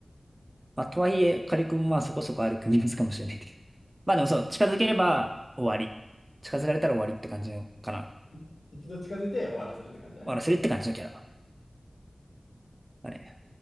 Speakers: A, on the right; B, on the left.
A: まあとはいえ火力もまあそこそこある組み合わせかもしれないけど。まあでもそう、近づければ終わり。近づかれたら終わりって感じのかな。
B: い一度近づいて終わらせるって感じだね。
A: 終わらせるって感じのキャラだね。